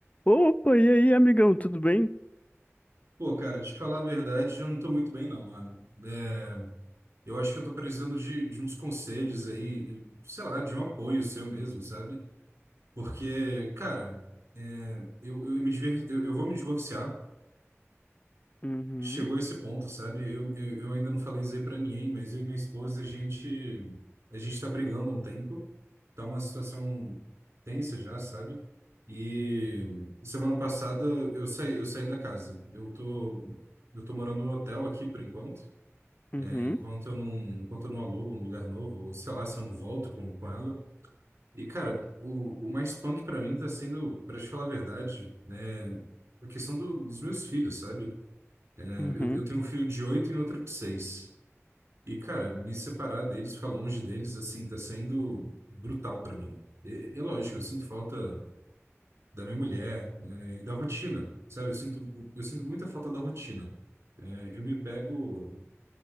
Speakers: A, on the left (about 30°); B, on the right (about 60°).
A: Opa, e aí, amigão, tudo bem?
B: Pô, cara, te falar a verdade, eu não tô muito bem, não, mano. É, eu acho que eu tô precisando de, de uns conselhos aí, e, sei lá, de um apoio seu mesmo, sabe? Porque, cara, é, eu, eu, me diver- eu, eu vou me divorciar,
A: Uhum,
B: chegou esse ponto, sabe? Eu, eu, eu ainda não falei isso aí pra ninguém, mas eu e minha esposa, a gente, a gente tá brigando há um tempo, tá uma situação tensa já, sabe? E semana passada eu saí, eu saí da casa. Eu tô, eu tô morando no hotel aqui por enquanto,
A: uhum,
B: né? Enquanto eu não, enquanto eu não alugo um lugar novo, ou sei lá, se eu não volto com, com ela. E, cara, o, o mais punk pra mim tá sendo, pra te falar a verdade, né? A questão do- dos meus filhos, sabe?
A: uhum,
B: Eu, eu tenho um filho de oito e outro de seis. E, cara, me separar deles, ficar longe deles, assim, tá sendo brutal pra mim. É, é lógico, eu sinto falta da minha mulher, né, e da rotina, sabe? Eu sinto, eu sinto muita falta da rotina. É, eu me pego